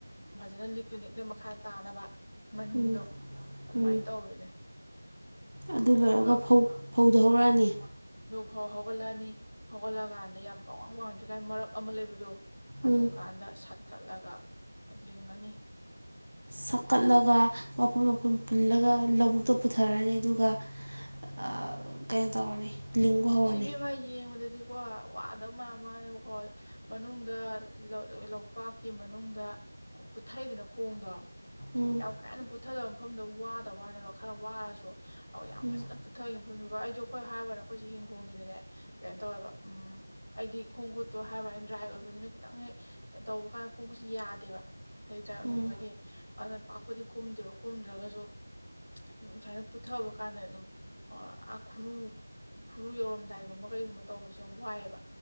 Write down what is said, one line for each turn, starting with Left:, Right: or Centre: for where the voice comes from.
Left: ꯐꯖꯅ ꯂꯤꯛꯅ ꯂꯤꯛꯅ ꯃꯈꯥ ꯇꯥꯅꯕ ꯃꯟꯗꯣ
Right: ꯎꯝ
Left: ꯑꯗꯨꯃꯥꯏꯅ
Right: ꯎꯝ
Left: ꯇꯧꯔꯤꯅꯦ
Right: ꯑꯗꯨ
Left: ꯑꯗꯨꯒ
Right: ꯂꯣꯏꯔꯒ ꯐꯧ ꯐꯧꯗ‌ꯣ ꯍꯧꯔꯛꯑꯅꯤ
Left: ꯐꯧ ꯍꯧꯒꯠꯂꯛꯑꯅꯤ ꯍꯧꯒꯠꯂꯛꯑꯀꯥꯟꯗ ꯌꯥꯝ ꯄꯋꯥꯡ ꯋꯥꯡꯗ꯭ꯔꯤꯀꯥꯏ ꯃꯔꯛ ꯑꯃ ꯂꯩꯕꯗꯣ ꯑꯗꯨꯝ
Right: ꯎꯝ
Left: ꯀꯥꯟꯗ ꯁꯠꯀꯠꯂꯒ ꯑ ꯂꯤꯡꯉꯅꯤ
Right: ꯁꯠꯀꯠꯂꯒ ꯃꯄꯨꯟ ꯃꯄꯨꯟ ꯄꯨꯜꯂꯒ ꯂꯧꯕꯨꯛꯇ ꯄꯨꯊꯔꯅꯤ ꯑꯗꯨꯒ ꯑ ꯀꯩꯅꯣ ꯇꯧꯔꯅꯤ ꯂꯤꯡꯕ ꯍꯧꯔꯅꯤ
Left: ꯏꯁ ꯏꯕ‌ꯦꯝꯃꯥ ꯌꯦꯡꯕꯗꯗꯤ ꯀꯣ ꯋꯥꯗ ꯃꯥꯟꯕꯋꯥꯅ‌ꯦꯕꯀꯣ ꯑꯥ ꯃꯅꯨꯡꯗ ꯑꯥ ꯂ ꯂꯧꯄꯥꯛꯀꯤ ꯃꯅꯨꯡꯗ ꯄꯨꯠꯊꯩꯗꯅ ꯈꯣꯡꯗꯣ
Right: ꯎꯝ
Left: ꯌꯥꯝ ꯀꯥꯏꯟꯅ ꯄꯨꯊꯗꯕ ꯃꯐꯝꯗ ꯋꯥꯗ ꯋꯥꯅꯦꯕ ꯈꯔ ꯋꯥꯔꯁꯨ ꯑꯣ ꯌꯥꯝ
Right: ꯎꯝ
Left: ꯐꯖꯅ ꯄꯨꯊꯥꯒꯤ ꯃꯐꯝꯗꯨꯒ ꯑꯩꯁꯨ ꯑꯩꯈꯣꯏ ꯍꯥꯏꯕꯋꯥꯅ ꯑꯩꯈꯣꯏꯖ‌ꯦ ꯍꯤꯡꯒ‌ꯣꯟꯒꯤꯗꯅꯦ ꯀꯩꯅꯣ ꯇꯧꯋꯦꯕ ꯎꯝ ꯑꯩꯗꯤ ꯈꯣꯡ ꯈꯨꯨꯠꯇꯣ ꯍꯥꯏꯕꯋꯅꯤ ꯗ꯭ꯔꯥꯏ ꯑꯣꯏꯕꯅꯤꯅ ꯈꯤꯇꯪ ꯍꯦꯛ ꯇꯧꯕ ꯀꯥꯟꯗ ꯈ‌ꯣꯡꯈꯨꯠꯁꯨ ꯌꯥꯗꯦꯕ ꯍꯥꯏꯗꯤ ꯗ꯭ꯔꯥꯏ ꯑꯣꯏꯃꯟꯕꯒꯤ
Right: ꯎꯝ
Left: ꯑꯗꯨꯅ ꯄꯥꯛꯄꯨꯗꯤ ꯀꯨꯝꯗꯦꯕ ꯀꯨꯝꯗ꯭ꯔꯒꯁꯨ ꯁꯨꯃꯥꯏꯅ ꯄꯨꯊꯕ ꯀꯥꯟꯗ ꯑꯗꯨꯝ ꯑ ꯈꯨꯔꯨ ꯈꯨꯔꯨ ꯌꯧꯔꯝꯗꯥꯏꯒꯨꯝꯕ ꯀꯩꯒꯨꯝꯕ ꯇꯧꯕꯁꯦ ꯌꯥꯝ ꯋꯥꯏꯑꯦꯕ